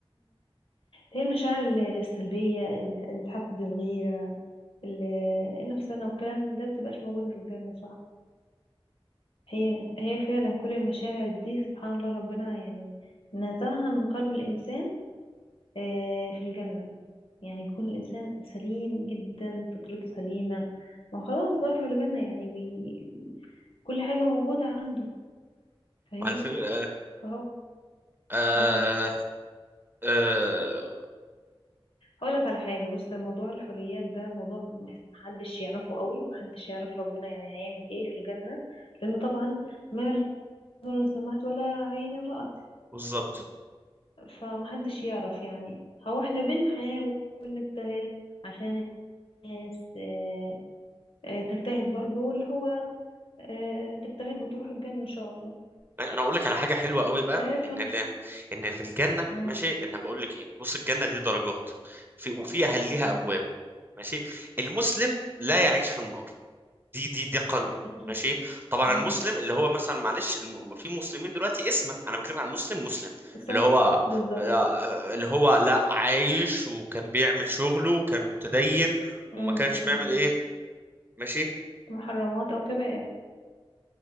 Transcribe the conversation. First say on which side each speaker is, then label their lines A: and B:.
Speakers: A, on the left (about 70°); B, on the right (about 20°).
A: هي المشاعر ال- السلبية ال- الحقد الغيرة ال- النفسانة والكلام من ده متبقاش موجودة في الجنة صح هي هي فعلا كل المشاعر دي سبحان الله ربنا يعني نزعها من قلب الإنسان آه، في الجنة يعني بيكون الإنسان سليم جدا فطرته سليمة ما خلاص بقى في الجنة يعني بي كل حاجة موجودة عنده فاهمني
B: مع الفكره آه
A: فهو
B: آه
A: اه
B: آه،
A: هقولك على حاجة بص موضوع الحريات ده موضوع م- يعني محدش يعرفه قوي محدش يعرف ربنا يعني هيعمل ايه في الجنة لأنه طبعا ما لا أذن سمعت ولا عين رأت
B: بالظبط
A: فمحدش يعرف يعني هو احنا بنحاول نجتهد عشان الناس اه اه تجتهد برضو اللي هو اه تجتهد وتروح الجنة إن شاء الله
B: انا اقول لك على حاجه حلوه قوي بقى
A: اه
B: ان
A: فل
B: اللي ان في الجنه
A: مم،
B: ماشي ان انا بقول لك ايه بص الجنه دي درجات في وفيها ليها
A: مم،
B: ابواب ماشي المسلم لا يعيش في النار دي دي ده قانون
A: أكيد
B: ماشي طبعا
A: مم،
B: المسلم اللي هو مثلا معلش الم- في مسلمين دلوقتي اسما انا بتكلم عن مسلم مسلم
A: صح
B: اللي هو آه،
A: بالظبط
B: آه، اللي هو لا عايش وكان بيعمل شغله وكان متدين
A: مم،
B: وما كانش
A: مم،
B: بيعمل
A: مم.
B: ايه ماشي
A: محرمات أو كبائر